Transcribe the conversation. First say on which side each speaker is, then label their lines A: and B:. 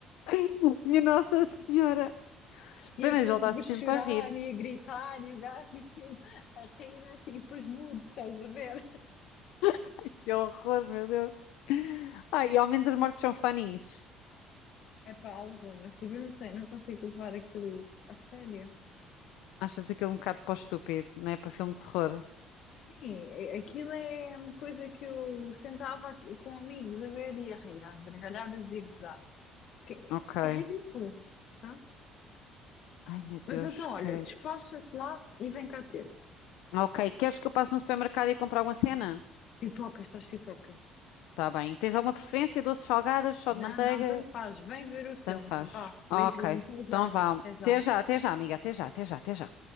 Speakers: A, on the left (about 85°); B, on the left (about 45°).
A: <laughs> Minha Nossa Senhora!
B: E
A: Bem,
B: as
A: mas
B: pessoas
A: ele
B: tipo
A: está-se
B: a chorar
A: sempre a rir.
B: e a gritar e o gajo <laughs> tipo, a rir, mas tipo os mudos, estás a ver?
A: Ai, que horror, meu Deus! Ai, e ao menos as mortes são funnies.
B: É para algumas, tipo, eu não sei, não consigo levar aquilo a sério.
A: Achas aquilo um bocado para o estúpido, não é? Para filme de terror.
B: Sim, a- aquilo é uma coisa que eu sentava aqui com amigos a ver e a rir, às gargalhadas e a gozar. Que
A: Ok.
B: é é ridículo, pronto.
A: Ai, meu
B: Mas
A: Deus,
B: então, olha,
A: credo.
B: despacha-te lá e vem cá ter.
A: Ok, queres que eu passe no supermercado e compre alguma cena?
B: Pipocas, traz pipocas.
A: Tá bem. Tens alguma preferência? Doces salgadas, só
B: Não,
A: de manteiga?
B: não, tanto faz. Vem ver o
A: Tanto
B: filme.
A: faz.
B: Vá,
A: Ok,
B: beijinho, até já.
A: então vá.
B: Até já.
A: Até já, até já, amiga. Até já, até já, até já.